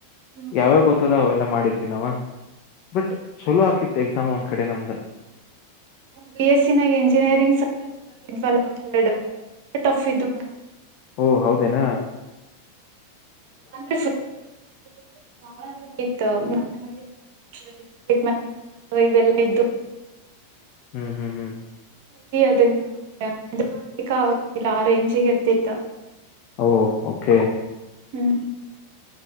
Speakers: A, on the right; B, on the left.
A: ಹ್ಮ್
B: ಯಾವ್ಯಾವ್ ಗೊತ್ತ್ ಅದಾವ್ ಅವೆಲ್ಲ ಮಾಡಿ ನವಾ ಬಟ್ ಚಲೋ ಆಕಿತ್ತ್. ಎಕ್ಸಾಮ್ ಒಂದ ಕಡೆ ನಮ್ದ.
A: ಬಿ-ಎಸ್ಸಿನಾಗ, ಎಂಜಿನಿಯರಿಂಗ್ <unintelligible> ಒಂದೆರಡು. ಎಟ್ಟ್ ಟಫ್ ಇದ್ರುನು
B: ಓಹ ಹೌದೇನ.
A: <unintelligible> ಇವೆಲ್ಲಾ ಇದ್ದು
B: ಹ್ಮ್ ಹ್ಮ್ ಹ್ಮ್.
A: <unintelligible> ರೇಂಜಿಗೆರ್ತಿತ್ತ್.
B: ಓ ಓಕೆ.
A: ಹ್ಮ್